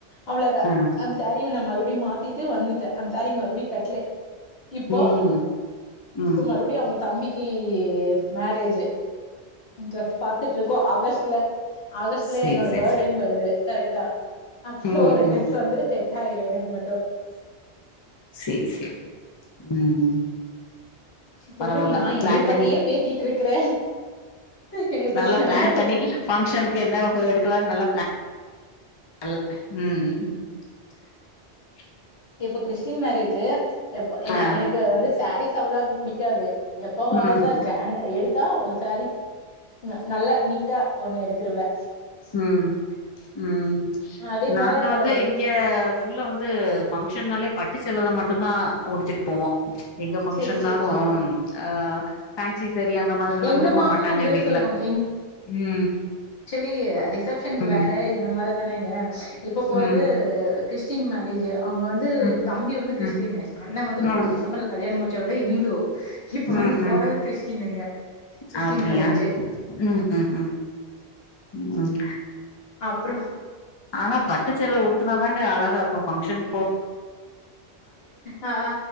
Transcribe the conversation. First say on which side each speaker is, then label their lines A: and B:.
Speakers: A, on the left; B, on the left.
A: அவ்ளோதா
B: ஆ
A: அந்த சே ரி நா மறுபடியு மாத் திட்டு வந்துட்ட அந்த சேரி மறுபடியு கட்லை இப்போ
B: ம் ம்
A: இப்போ மறுபடியு அவுங்க தம்பிக் கி மேரேஜி ம் டிரஸ் பாத்துட்டு இருக்கோ ஆகஸ்ட் ல ஆகஸ்ட்ல
B: செரி
A: என்னோட
B: செரி
A: பர்டேவும்
B: செரி
A: வருது கரெட்டா அப்போ
B: ம்
A: ஒரு ட்ரஸ்
B: ம்
A: வந்து செ டைரே எனக் மட்டும்
B: செரி செரி ம் ம்
A: சொல்லுங்க
B: பரவாயில்ல
A: நான் என்னைய
B: பிளான்
A: பத்தியே
B: பண்ணி
A: பேசிட்டு இருக்கிறேன் என்னைய பத்தி
B: நல்லா பிளான்
A: தெரியும்
B: பண்ணி பங்க்ஷனுக்கு என்ன போ எடுக்கலானு நல்லா பிளான் அல்ல ம் ம்
A: இப்ப கிறிஸ்டின் மேரேஜி இப்ப என்ன
B: ஆ
A: எனக்கு வந்து சேரீஸ் அவ்ளாக்கு புடிக்காது எப்பாவாவுத
B: ம்
A: கிராண்டா எடு தா ஒரு சேரீ ந நல்லா நீட்டா ஒண்ணு எடுத்துருவே
B: ம் ம்
A: அதே
B: நாங்க
A: மாதிரி
B: வந்து இங்க ஃபுல்லா வந்து ஃபங்க்ஷன்னாலே பட்டு சேல மட்டுதா உடித்திட்டு போவோ எங்க பங்க்ஷன்னாலு
A: சரி சரி சரி
B: ஆ ஃபேன்சி சேரி அந்த மாதிரிலா
A: எங்க
B: விரும்ப
A: மாமியா
B: மாட்டாங்க
A: அப்படிதான்
B: வீட்ல
A: சொல்லுவாங்க.
B: ம்
A: கி ரிஷப்ஷனுக்கு
B: ம்,
A: வேற இந்த மாரிதானே ஏ இப்ப போறது
B: ம்,
A: கிறிஸ்டின் மேரேஜி அவுங் வந்து
B: ம்,
A: தம்பி வந்து
B: ம்,
A: கிறிஸ்டீன்னு அண்ணன் வந்து
B: ம்,
A: போன டிசம்பர்ல முச்சவரே இந்து இப்ப வந்து
B: ம்
A: போறது
B: ம்
A: கிறிஸ்டினுங்க. கிறிஸ்டின்
B: அப்பிடியா
A: மேரேஜ்.
B: ம் ம் ம் ம்
A: அப்பரோ
B: ஆனா பட்டுசேல உடுத்தனா தாங்க அழகா இருக் இப்ப ஃப்ங்ஷன்
A: ஆ ஆ